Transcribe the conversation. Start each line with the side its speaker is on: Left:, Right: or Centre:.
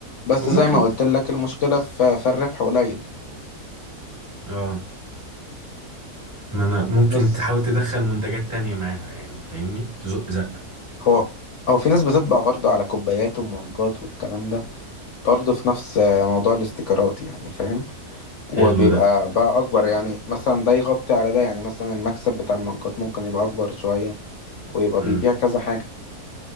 Left: بس
Right: وممكن
Left: زي ما قلت لك المشكله في في الربح قليل
Right: اه ما انا ممكن
Left: بس
Right: تحاول تدخل منتجات تانية معاها يعني فاهمني تزق زق
Left: هو او في ناس بتطبع برضه على كوبايات ومجات والكلام ده برضه في نفس آه، موضوع الاستيكرات يعني فاهم وبيبقى
Right: حلو ده
Left: بقى اكبر يعني مثلا ده يغطي على ده يعني مثلا المكسب بتاع المجات ممكن يبقى اكبر شويه ويبقى
Right: مم.
Left: بيبيع كذا حاجة